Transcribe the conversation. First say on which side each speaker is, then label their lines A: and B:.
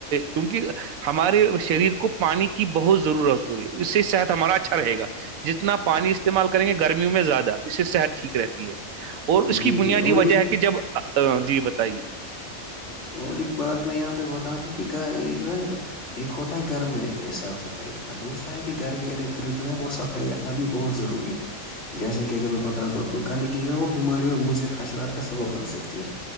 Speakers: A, on the right (about 80°); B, on the left (about 55°).
A: کیونکہ ہمارے شریر کو پانی کی بہت ضرورت ہو ہے اس سے صحت ہمارا اچھا رہے گا جس اپنا پانی استعمال کریں گے گرمی میوں میں زیادہ اس سے صحت ٹھیک رہتی ہے اور اس
B: جی
A: کی بنیادی
B: جی اور
A: وجہ
B: ایک
A: ہے کہ جب ہمم جی بتائیے
B: اور ایک بات میں یہاں پہ بتا دوں کیونکہ گ یہ جو ہے ایک ہوتا ہے گھر میں صاف صفائی رکھنا دوسرا ہے کہ گھر کے ارد گرد جو ہے وہ صفائی رکھنا بھی بہت ضروری ہے جیسے کہ اگر میں بتا دوں آپ کو گندگی جو ہے وہ بیماریوں اور مضر حشرات کا سبب بن سکتی ہے